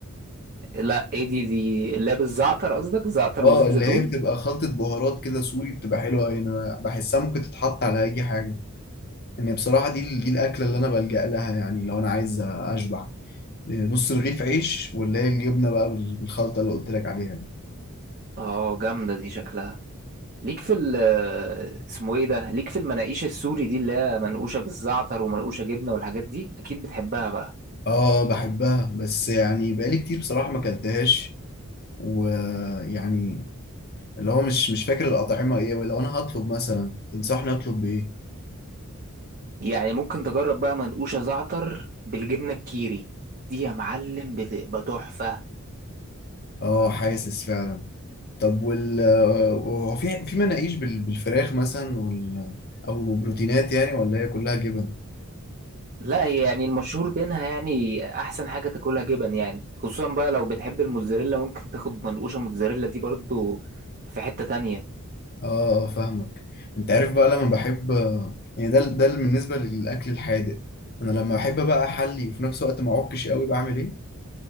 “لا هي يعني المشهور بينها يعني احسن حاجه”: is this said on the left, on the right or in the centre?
Right